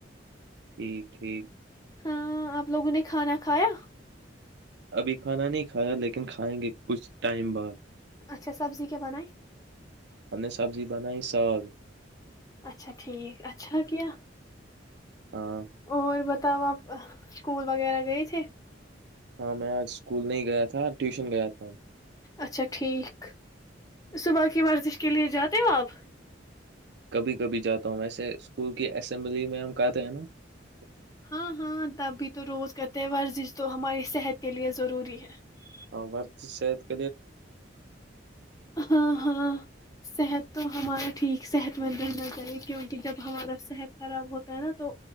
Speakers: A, on the right; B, on the left.
A: ٹھیک ہےیک
B: ہاں آپ لوگوں نے کھانا کھایا
A: ابھی کھانا نہیں کھایا لیکن کھائیں گے کچھ ٹائم بعد
B: اچھا سبزی کیا بنائی
A: ہم نے سبزی بنائی سگ
B: اچھا ٹھیک اچھا کہہ
A: ہاں
B: اور بس تب آپ اسکول وغیرہ گئے تھے
A: ہاں میں آج اسکول نہیں گیا تھا ٹیوشن گیا تھا <unintelligible>
B: اچھا ٹھیک صبح کی ورزش کے لیے جاتے ہو آپ <unintelligible>
A: کبھی کبھی جاتا ہوں ویسے اسکول کی اسمبلی میں ہم کہتے ہیں نا <unintelligible>
B: ہاں ہاں تبھی تو روز کا تہوار جس تو ہمارے <unintelligible> صحت کے لیے ضروری ہے <unintelligible>
A: ہاں وورتی سےید <unintelligible>
B: ہاں ہاں صحت <unintelligible> تو ہمارا ٹھیک صحت مند رہنا چاہیے کیونکہ جب ہمارا صحت خراب ہوتا ہے نا تو